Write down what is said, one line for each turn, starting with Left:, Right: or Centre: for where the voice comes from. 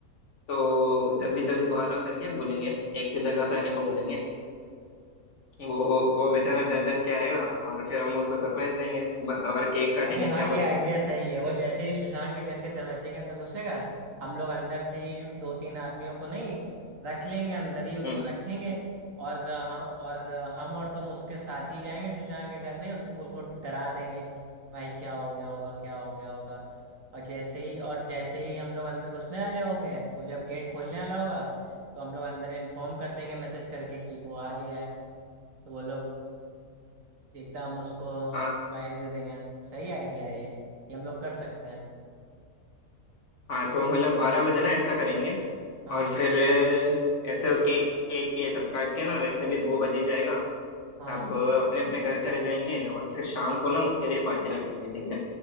Left: तो जल्दी जल्दी बाहर आ करके बोलेंगे एक की जगह पे आने को बोलेंगे वो वो बेचारा डर डर के आएगा और फिर हम उसको सरप्राइज देंगे ब- और केक काटेंगे
Right: अबे हाँ
Left: क्या
Right: ये
Left: बोलते
Right: आइडिया
Left: हो
Right: सही है वो जैसे ही सुशांत के घर के दरवाजे के अंदर घुसेगा हम लोग अंदर से ही दो तीन आदमियों को नहीं रख लेंगे अंदर ही उनको
Left: हम्म
Right: रखेंगे और हम और हम और तुम उसके साथ ही जाएंगे सुशांत के घर नहीं उसको बिल्कुल डरा देंगे भाई क्या हो गया होगा क्या हो गया होगा और जैसे ही और जैसे ही हम लोग अंदर घुसने वाले होंगे वो जब गेट खोलने वाला होगा तो हम लोग अंदर इन्फॉर्म कर देंगे मैसेज करके कि वो आ गया है तो वो लोग एकदम हम उसको
Left: हाँ।
Right: प्राइस दे देंगे सही आइडिया है ये ये हम लोग कर सकते हैं
Left: हाँ तो मतलब बारह बजे ना ऐसा करेंगे
Right: हाँ
Left: और फिर अ, ऐसे केक केक ये सब काट के ना वैसे भी दो बजे जाएगा
Right: हाँ
Left: तब अपने अपने घर चले जाएंगे और फिर शाम को ना उसके लिए पार्टी रखेंगे ठीक है